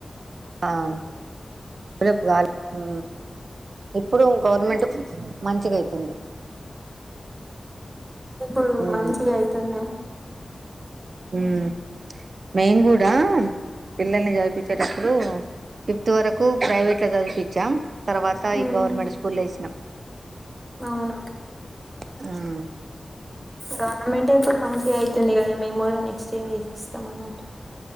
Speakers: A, on the right; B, on the right.
A: అం లప్ గల్ మ్ ఇప్పుడుం గవర్నమెంట్ మంచిగా అయితది
B: ఇప్పుడు
A: ఉమ్
B: మంచిగా అయితుంద
A: మ్ మేం గుడా పిల్లల్ని చదిపిచేటప్పుడు. ఫిఫ్త్ వరకు ప్రైవేట్లో చదిపించాం తర్వాత
B: ఉమ్,
A: ఈ గవర్నమెంట్ స్కూలేసినం
B: అవునా
A: మ్
B: గవర్నమెంటె ఇప్పుడు మంచిగా అయితుంది గదా మెమోల్ని చేరేసి ఇస్త మన్నట్టు